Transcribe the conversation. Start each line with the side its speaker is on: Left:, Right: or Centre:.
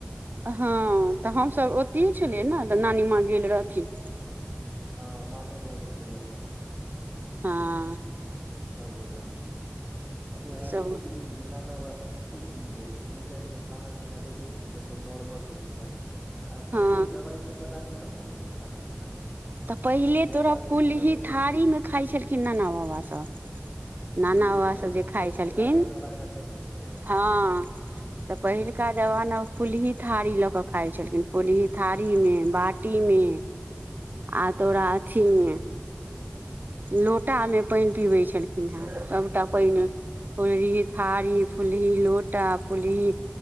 Right: हँ तऽ हमसब ओतहिए छलियै न तऽ नानी माँ गेल रहथिन
Centre: हँ मामे गाँवमे छलियै अपनासब
Right: हाँ
Centre: सब गोटा आ इ
Right: सब
Centre: देखी जेना खना बाबा सब कते दिन जियलखिन ओहि टाइमके खाना पीना देखै छलियै कते नॉर्मल होइ छलै आब
Right: हँ
Centre: मेन छै दबाई सब वला नहि ने होइ छलै खाना पीना
Right: तऽ पहिले
Centre: अखन ज्यादा
Right: तोरा
Centre: होइ
Right: फूल
Centre: छै दवाइ
Right: ही थारी
Centre: सब
Right: मे खाइत छलखिन नाना बाबा सब नाना
Centre: फूलही
Right: बाबा
Centre: थारी
Right: सब जे
Centre: होइ
Right: खाई
Centre: छलै
Right: छलखिन
Centre: राजा महाराजा टाइम के ने
Right: हाँ तऽ पहिलुका जमाना फूलही थारी लऽ कऽ खाइत छलखिन फूलही थारीमे बाटीमे आ तो अथीमे लोटामे पाइन पीबैत छलखिन हे सबटा पाइन फूलही थारी फूलही लोटा फूलही